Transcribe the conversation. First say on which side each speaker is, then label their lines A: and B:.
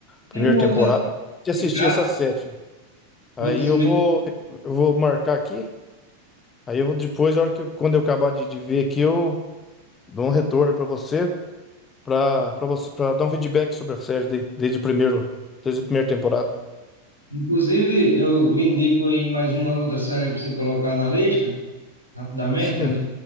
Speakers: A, on the left (about 20°); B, on the left (about 85°).
A: primeira
B: Tem um outro
A: temporada
B: a
A: e assistir
B: indicar,
A: essa sétima. Aí
B: antes
A: eu
B: mesmo.
A: vou, eu vou marcar aqui, aí eu vou depois, a hora que, quando eu acabar de, de ver aqui, eu dou um retorno para você. para para você para dar um feedback sobre a série de- desde o primeiro desde a primeira temporada.
B: Inclusive, eu lhe indico aí mais uma outra série para você colocar na lista, rapidamente,
A: Sim.
B: antes